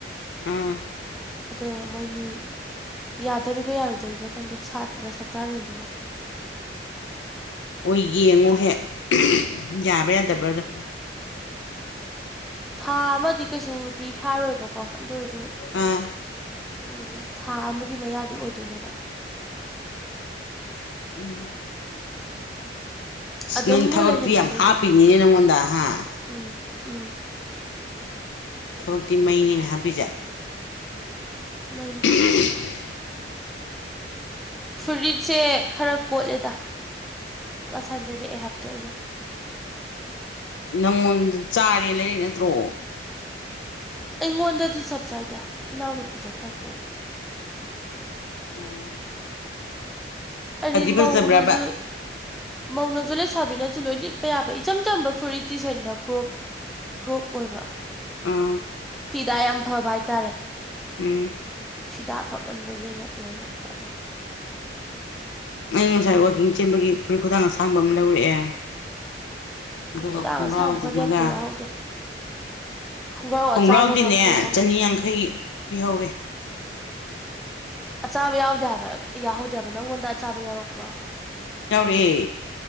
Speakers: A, on the left; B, in the centre.
A: ꯑꯝ
B: ꯑꯗꯣ ꯃꯣꯏꯅꯤ ꯌꯥꯗꯣꯔꯤꯕ ꯌꯥꯔꯣꯏꯗꯣꯔꯤꯕ ꯈꯪꯗꯦ ꯁꯥꯇ꯭ꯔ ꯁꯛꯇ꯭ꯔꯁꯤꯡꯗꯨꯒ
A: ꯍꯣꯏ ꯌꯦꯡꯉꯣ ꯍꯦꯛ ꯌꯥꯕ꯭ꯔꯥ ꯌꯥꯗꯕ꯭ꯔꯥꯗ
B: ꯊꯥ ꯑꯃꯗꯤ ꯀꯩꯁꯨꯗꯤ ꯐꯥꯔꯣꯏꯕꯀꯣ ꯑꯗꯨ ꯑꯣꯏꯔꯁꯨ
A: ꯑꯥ
B: ꯎ ꯊꯥ ꯑꯃꯒꯤ ꯃꯌꯥꯗꯤ ꯑꯣꯏꯗꯣꯏꯅꯦꯕ
A: ꯎꯝ ꯑꯁ
B: ꯑꯗꯨꯝꯕꯨ
A: ꯅꯪ ꯊꯕꯛꯇꯤ
B: ꯂꯩꯍꯟꯅꯤꯡꯗꯣꯏꯅꯦ
A: ꯌꯥꯝ ꯍꯥꯞꯄꯤꯅꯤꯅꯦ
B: ꯃꯥꯗꯤ
A: ꯅꯪꯉꯣꯟꯗ ꯍꯥ
B: ꯎꯝ ꯎꯝ
A: ꯊꯕꯛꯇꯤ ꯃꯩꯅꯤꯅ ꯍꯥꯞꯄꯤꯁꯠ
B: ꯃ
A: ꯎꯝ
B: ꯐꯨꯔꯤꯠꯁꯦ ꯈꯔ ꯀꯣꯠꯂꯦꯗ ꯉꯁꯥꯏ ꯂꯩꯔꯛꯑꯦ ꯍꯥꯏꯕꯗꯣ ꯑꯩꯅ
A: ꯅꯪꯉꯣꯟꯗ ꯆꯥꯔꯦ ꯂꯩꯥꯏꯔꯩ ꯅꯠꯇ꯭ꯔꯣ
B: ꯑꯩꯉꯣꯟꯗꯗꯤ ꯆꯞ ꯆꯥꯏꯗ ꯏꯅꯥꯎꯅꯨꯄꯤꯗ ꯈꯔ ꯀꯣꯠꯄ
A: ꯑꯣ
B: ꯍꯥꯏꯗꯤ
A: ꯐꯗꯤ ꯐꯖꯕ꯭ꯔꯕ
B: ꯃꯧꯅꯁꯨ ꯃꯧꯅꯁꯨ ꯂꯩꯁꯥꯕꯤꯅꯁꯨ ꯂꯣꯏ ꯂꯤꯠꯄ ꯌꯥꯕ ꯏꯆꯝ ꯆꯝꯕ ꯐꯨꯔꯤꯠ ꯇꯤꯁꯟꯅ ꯀ꯭ꯔꯣꯞ ꯀ꯭ꯔꯣꯞ ꯑꯣꯏꯕ
A: ꯑꯥ
B: ꯐꯤꯗꯥ ꯌꯥꯝ ꯐꯕ ꯍꯥꯏꯇꯥꯔꯦ
A: ꯎꯝ
B: ꯐꯤꯗꯥ ꯐꯃꯟꯕꯒꯤ ꯑꯩꯅ ꯂꯩꯔꯛꯄ ꯑꯗꯨꯝ
A: ꯑꯩꯅ ꯉꯁꯥꯏ ꯋꯥꯛꯀꯤꯡ ꯆꯦꯟꯕꯒꯤ ꯐꯨꯔꯤꯠ ꯈꯨꯗꯥꯡ ꯑꯁꯥꯡꯕ ꯑꯃ ꯂꯧꯔꯛꯑꯦ ꯑꯗꯨꯒ
B: ꯈꯨꯗꯥꯡ
A: ꯈꯣꯡꯒ꯭ꯔꯥꯎ
B: ꯑꯁꯥꯡꯕꯒꯗꯤ
A: ꯗꯨꯃꯒ
B: ꯑꯝꯇ ꯌꯥꯎꯍꯧꯗꯦ ꯈꯣꯡꯒ꯭ꯔꯥꯎ
A: ꯈꯣꯡꯒ꯭ꯔꯥꯎꯗꯤꯅꯦ
B: ꯑꯆꯥꯕꯒ ꯑꯝꯇ ꯌꯥꯎꯍꯧꯗꯦ
A: ꯆꯥꯅꯤ ꯌꯥꯡꯈꯩ ꯄꯤꯍꯧꯋꯤ
B: ꯑꯆꯥꯕ ꯌꯥꯎꯗꯦ ꯍꯥꯏꯕ ꯌꯥꯎꯍꯧꯗꯦꯕ ꯅꯪꯉꯣꯟꯗ ꯑꯆꯥꯕ ꯌꯥꯎꯔꯛꯄ꯭ꯔꯣ
A: ꯌꯥꯎꯔꯛꯑꯦ